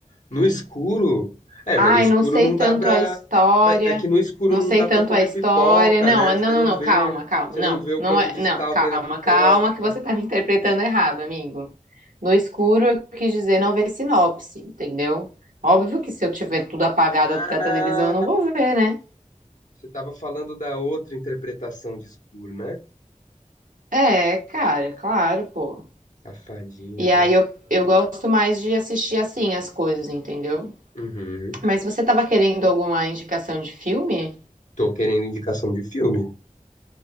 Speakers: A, on the left; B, on the right.
A: No escuro? É,
B: Ai,
A: mas no escuro
B: não sei
A: não
B: tanto
A: dá pra...
B: a história.
A: mas É que no escuro
B: Não
A: não
B: sei
A: dá
B: tanto
A: pra comer
B: a história.
A: pipoca,
B: Não,
A: né?
B: não,
A: Você
B: não,
A: não
B: não,
A: vê,
B: calma, calma.
A: você
B: Não,
A: não vê o
B: não
A: quanto
B: é,
A: de
B: não,
A: sal
B: calma,
A: tem na pipoca.
B: calma, que você tá me interpretando errado, amigo. No escuro eu quis dizer não ver sinopse, entendeu? Óbvio que se eu tiver tudo apagado
A: Ah,
B: até a televisão, eu não vou ver, né?
A: você tava falando da outra interpretação de escuro, né?
B: É, cara, claro, pô.
A: Safadinha,
B: E
A: tá?
B: aí eu, eu gosto mais de assistir assim as coisas, entendeu?
A: Uhum.
B: Mas você tava querendo alguma indicação de filme?
A: Tô querendo indicação de filme.